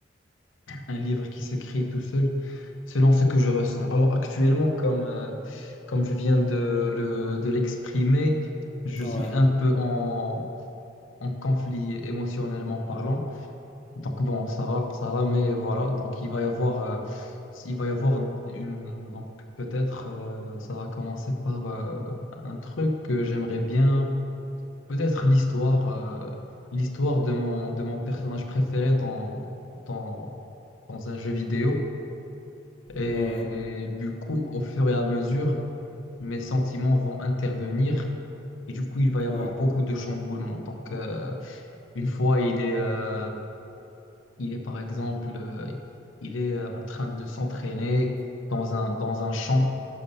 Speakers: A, on the left; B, on the left.
A: un livre qui s'écrit tout seul, selon ce que je ressens. Alors actuellement, comme, euh, comme je viens de, le- de l'exprimer, je
B: Ouais,
A: suis un peu en, en conflit émotionnellement parlant. Donc bon, ça va, ça va, mais voilà. Donc il va y avoir, euh, il va y avoir une, donc peut-être, euh, ça va commencer par euh, un truc que j'aimerais bien, peut-être l'histoire, euh, l'histoire de mon, de mon personnage préféré dans, dans, dans un jeu vidéo. Et,
B: ouais,
A: du coup, au fur et à mesure, mes sentiments vont intervenir. Et du coup, il va y
B: ouais.
A: avoir beaucoup de chamboulements. Donc euh, une fois, il est, euh, il est par exemple, euh, il est euh, en train de s'entraîner dans un, dans un champ.